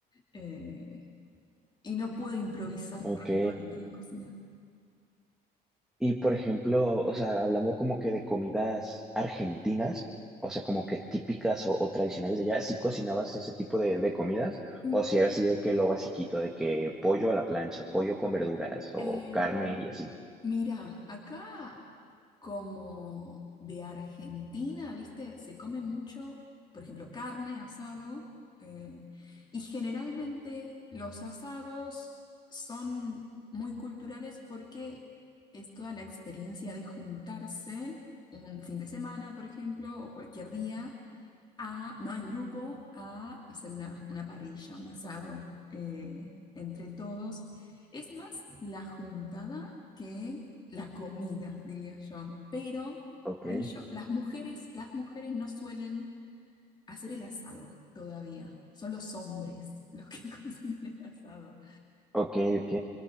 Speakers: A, on the left (about 25°); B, in the centre.
A: eh, y no puedo improvisar
B: Ok.
A: tanto en en la cocina.
B: Y por ejemplo, o sea, hablando como que de comidas argentinas, o sea, como que típicas o, o tradicionales de allá, ¿sí cocinabas ese tipo de, de comidas?
A: Mm,
B: ¿O si era así de que lo basiquito, de que pollo a la plancha, pollo con verduras o
A: eh,
B: carne y así?
A: mira, acá como de Argentina, ¿viste? Se come mucho, por ejemplo, carne, asado, eh, y generalmente los asados son muy culturales porque es toda la experiencia de juntarse un fin de semana, por ejemplo, o cualquier día a, no en grupo, a hacer una, una parrilla, un asado eh, entre todos. Es más la juntada que la comida, diría yo. Pero
B: Ok,
A: ahí yo, las mujeres, las mujeres no suelen hacer el asado todavía. Son los hombres los que <laughs> cocinan el asado.
B: ok, ok.